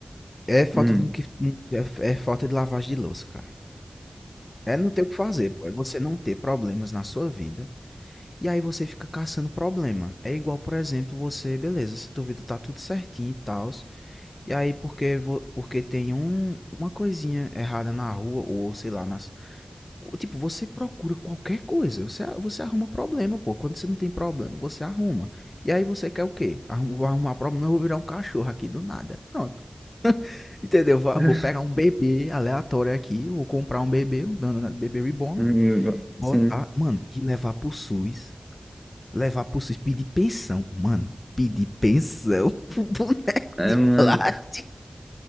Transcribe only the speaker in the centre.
Hum.
<laughs>
Hum,
Sim.
é
mano.